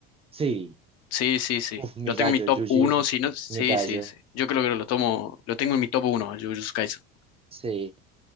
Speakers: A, on the right; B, on the left.
A: Sí,
B: sí, sí, sí,
A: uf, mi
B: lo tengo
A: gallo,
B: en mi top
A: Yuji
B: uno,
A: es
B: si no, sí,
A: mi gallo.
B: sí, sí, yo creo que lo tomo, lo tengo en mi top uno, Jujutsu Kaisen.
A: Sí,